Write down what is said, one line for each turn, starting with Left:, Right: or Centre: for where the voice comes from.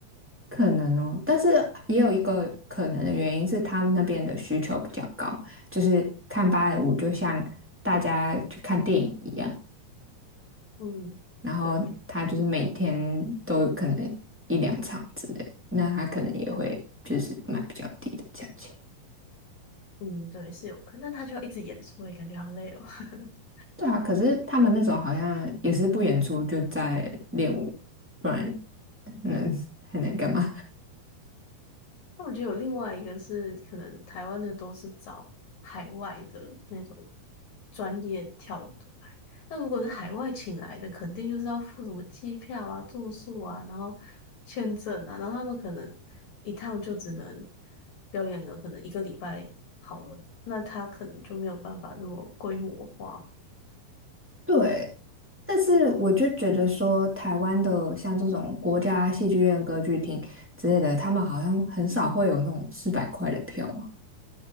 Centre: 可能哦。但是也有一个可能的原因是他们那边的需求比较高，就是看芭蕾舞就像大家去看电影一样，
Left: 嗯，
Centre: 然后他就是每天都可能一两场之类的，
Left: 对。
Centre: 那他可能也会就是卖比较低的价钱。
Left: 嗯，对，是有可能，但他就要一直演出，也感觉好累哦。<laughs>
Centre: 对啊，可是他们那种好像也是不演出就在练舞，不然
Left: 嗯
Centre: 能还能干嘛？
Left: 那我觉得有另外一个是，可能台湾的都是找海外的那种专业跳舞的来。那如果是海外请来的，肯定就是要付什么机票啊、住宿啊，然后签证啊，然后他们可能一趟就只能表演个可能一个礼拜好了，那他可能就没有办法那么规模化，
Centre: <laughs> 对，但是我就觉得说，台湾的像这种国家戏剧院、歌剧厅之类的，他们好像很少会有那种四百块的票嘛。